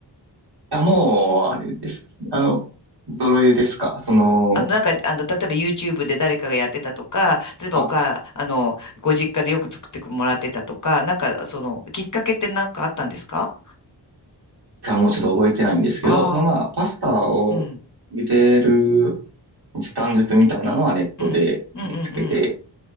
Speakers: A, on the right; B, on the left.
A: や、もう、あれです。あの、どれですかその、
B: あの、なんか、あの、例えば YouTube で誰かがやってたとか、例えばおか、
A: あ、
B: あの、ご実家でよく作ってもらってたとか、なんか、その、きっかけってなんかあったんですか
A: じゃあもうちょっと覚えてないんですけど、
B: あ
A: そのまあ、パスタを茹でる
B: あー、うん。
A: 時短術みたいなのはネットで見つけて、
B: うん、うん、うん、うん、